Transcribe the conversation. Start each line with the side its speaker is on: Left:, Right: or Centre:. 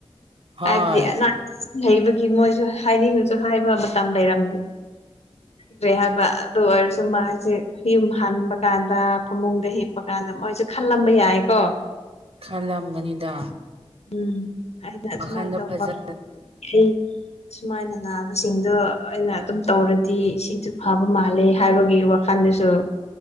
Right: ꯍꯣꯏ
Left: ꯍꯥꯏꯕꯗꯤ ꯑꯅꯥ ꯂꯩꯕꯒꯤ ꯃꯣꯏꯁꯨ ꯍꯥꯏꯅꯤꯡꯗꯁꯨ ꯍꯥꯏꯕ ꯃꯇꯝ ꯂꯩꯔꯝ ꯗ꯭ꯔꯦ ꯍꯥꯏꯕ ꯑꯗꯨ ꯑꯣꯏꯔꯁꯨ ꯃꯥꯁꯦ ꯌꯨꯝ ꯍꯟꯕ ꯀꯥꯟꯗ ꯐꯃꯨꯡꯗ ꯍꯤꯞꯄ ꯀꯥꯟꯗ ꯃꯣꯏꯁꯦ ꯈꯜꯂꯝꯕ ꯌꯥꯏꯀꯣ
Right: ꯈꯜꯂꯝꯒꯅꯤꯗ
Left: ꯎꯝ ꯍꯥꯏꯅ ꯁꯁꯨꯃꯥꯏꯅ
Right: ꯋꯥꯈꯟꯗꯣ
Left: ꯇꯧꯕ
Right: ꯐꯖ
Left: ꯑꯩ ꯑꯨꯃꯥꯏꯅ ꯅꯥꯕꯁꯤꯡꯗꯣ ꯑꯩꯅ ꯑꯗꯨꯝ ꯇꯧꯔꯦ ꯁꯤꯁꯨ ꯐꯕ ꯃꯥꯜꯂꯦ ꯍꯥꯏꯕꯒꯤ ꯋꯥꯈꯜꯗꯨꯁꯨ